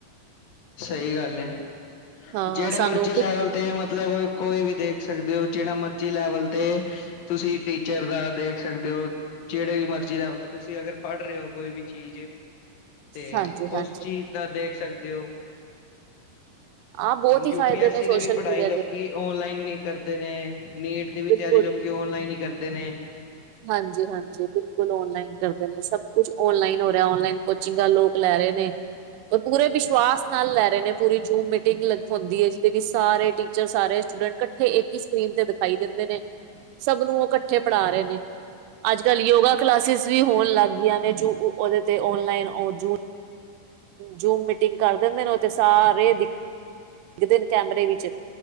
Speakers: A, on the left; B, on the right.
A: ਸਹੀ ਗੱਲ
B: ਹਾਂ
A: ਜਿਹੜੇ
B: ਸਾਨੂੰ
A: ਮਰਜ਼ੀ ਲੈਵਲ
B: ਕਿ
A: ਤੇ ਮਤਲ ਮਤਲਬ ਕੋਈ ਵੀ ਦੇਖ ਸਕਦੇ ਹੋ ਜਿਹੜਾ ਮਰਜੀ ਲੈਵਲ ਤੇ ਤੁਸੀਂ ਟੀਚਰ ਦਾ ਦੇਖ ਸਕਦੇ ਹੋ। ਜਿਹੜੇ ਵੀ ਮਰਜ਼ੀ ਲੈਵਲ ਤੇ ਤੁਸੀਂ ਅਗਰ ਪੜ੍ਹ ਰਹੇ ਹੋ ਕੋਈ ਵੀ ਚੀਜ਼। ਤੇ
B: ਹਾਂਜੀ ਹਾਂਜੀ
A: ਉਸ ਚੀਜ਼ ਦਾ ਦੇਖ ਸਕਦੇ ਹੋ।
B: ਆਹ ਬਹੁਤ
A: ਹੁਣ ਯੂ
B: ਹੀ ਫਾਇਦੇ
A: ਪੀ ਐੱਸ
B: ਨੇ ਸੋਸ਼ਲ
A: ਦੀ ਵੀ ਪੜ੍ਹਾਈ
B: ਮੀਡੀਆ
A: ਲੋਕੀ
B: ਦੇ
A: ਔਨਲਾਈਨ ਹੀ ਕਰਦੇ ਨੇ ਨੀਟ ਦੀ ਵੀ
B: ਬਿਲਕੁਲ
A: ਤਿਆਰੀ ਲੋਕੀ ਓਨਲਾਈਨ ਹੀ ਕਰਦੇ ਨੇ।
B: ਹਾਂਜੀ ਹਾਂਜੀ ਬਿਲਕੁਲ ਔਨਲਾਈਨ ਕਰਦੇ ਨੇ ਸਭ ਕੁਛ ਓਨਲਾਈਨ ਹੋ ਰਿਹਾ ਓਨਲਾਈਨ ਕੋਚਿੰਗਾਂ ਲੋਕ ਲੈ ਰਹੇ ਨੇ ਉਹ ਪੂਰੇ ਵਿਸ਼ਵਾਸ ਨਾਲ ਲੈ ਰਹੇ ਨੇ ਪੂਰੀ ਜੂਮ ਮੀਟਿੰਗ ਹਉਦੀ ਹੈ ਜਿਹਦੇ ਵਿੱਚ ਸਾਰੇ ਟੀ ਸਾਰੇ ਸਟੂਡੈਂਟ ਇਕੱਠੇ ਇੱਕ ਹੀ ਸਕਰੀਨ ਤੇ ਦਿਖਾਈ ਦਿੰਦੇ ਨੇ ਸਭ ਨੂੰ ਉਹ ਇਕੱਠੇ ਪੜ੍ਹਾ ਰਹੇ ਨੇ। ਅੱਜ ਕੱਲ ਯੋਗਾ ਕਲਾਸਿਸ ਵੀ ਹੋਣ ਲੱਗ ਗਈਆਂ ਨੇੂ ਉਹਦੇ ਤੇ ਓਨਲਾਈਨ ਜੂਨ ਜੂਮ ਮੀਟਿੰਗ ਕਰ ਦਿੰਦੇ ਨੇ ਉਹਥ ਸਾਰੇ ਦਿਖਦੇ ਨੇ ਕੈਮਰੇ ਵਿੱਚ।